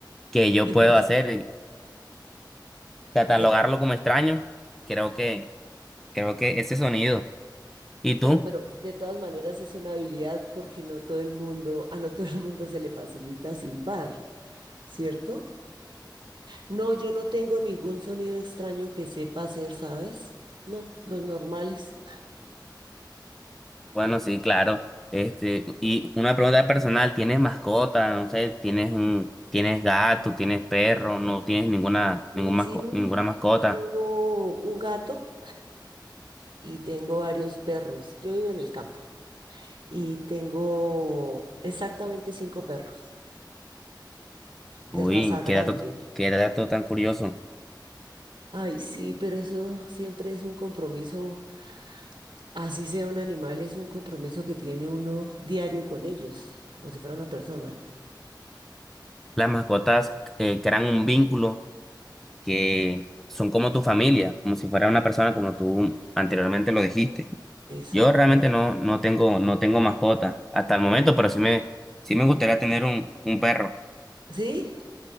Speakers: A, in the centre; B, on the right.
A: que yo
B: <laughs>
A: puedo
B: Sí.
A: hacer, y catalogarlo
B: Ay,
A: como extraño, creo que, creo que ese sonido. ¿Y
B: Bueno,
A: tú?
B: pero de todas maneras es una habilidad porque no todo el mundo, a no todo el mundo se le facilita silbar, ¿cierto? No, yo no tengo ningún sonido extraño que sepa hacer, ¿sabes? No, los normales.
A: Bueno, sí, claro. Este, y una pregunta personal, ¿tienes mascota? No sé, ¿tienes un, tienes gato, tienes perro, no tienes ninguna,
B: Sí,
A: ningún masco-
B: Sí,
A: ninguna mascota?
B: tengo un gato y tengo varios perros. Yo vivo en el campo y tengo exactamente cinco perros
A: Uy,
B: de raza grande.
A: qué dato, qué dato tan curioso.
B: Ay, sí, pero eso siempre es un compromiso. Así sea un animal, es un compromiso que tiene uno diario con ellos, como si fuera una persona.
A: Las mascotas eh, crean un vínculo que son como tu familia, como si fuera una persona como tú anteriormente lo dijiste.
B: Exacto.
A: Yo realmente no, no tengo, no tengo mascota hasta el momento, pero sí me, sí me gustaría tener un, un perro.
B: ¿Sí?